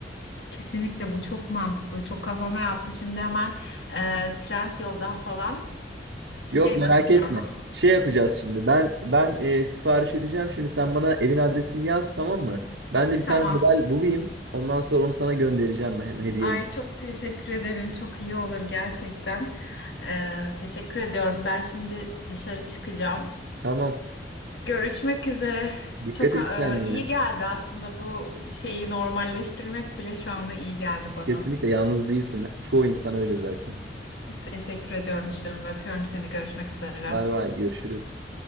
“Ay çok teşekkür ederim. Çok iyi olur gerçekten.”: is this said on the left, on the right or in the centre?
Left